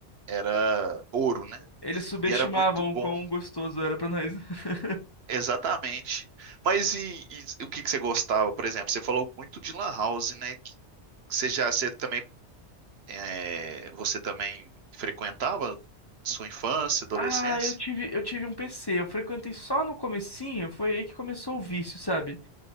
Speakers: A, on the right; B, on the left.
A: era ouro, né?
B: Eles subestimavam
A: E era muito bom,
B: o quão gostoso era pra nós. <laughs>
A: exatamente. Mas e, e o que que você gostava, por exemplo? Você falou muito de lan house, né? Que Você já, você também, é, você também frequentava sua infância, adolescência?
B: Ah, eu tive, eu tive um PC. Eu frequentei só no comecinho. Foi aí que começou o vício, sabe?